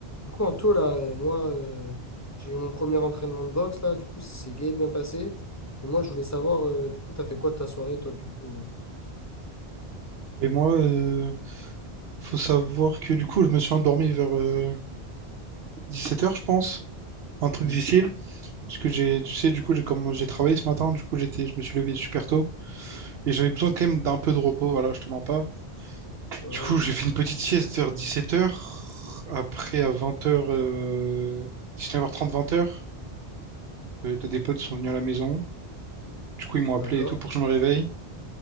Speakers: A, on the left (about 15°); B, on the right (about 70°).
A: Du coup, en taux, là, euh, moi, euh, j'ai eu mon premier entraînement de boxe, là, du coup, c'est gay, bien passé. Et moi, je voulais savoir, euh, du coup, t'as fait quoi de ta soirée, toi, du coup?
B: Et moi, euh, faut savoir que du coup, je me suis endormi vers euh, dix-sept heures je pense. Un truc
A: euh
B: difficile. Parce que j'ai, tu sais, du coup, j'ai comme j'ai travaillé ce matin, du coup, j'étais, je me suis levé super tôt. Et j'avais besoin quand même d'un peu de repos, voilà, je te mens pas.
A: Mhm.
B: Du coup, j'ai fait une petite sieste vers dix-sept heures Après, à vingt heures euh, neuf heures trente vingt heures euh, t'as des potes qui sont venus à la maison. Du coup, ils m'ont appelé
A: D'accord.
B: et tout pour que je me réveille.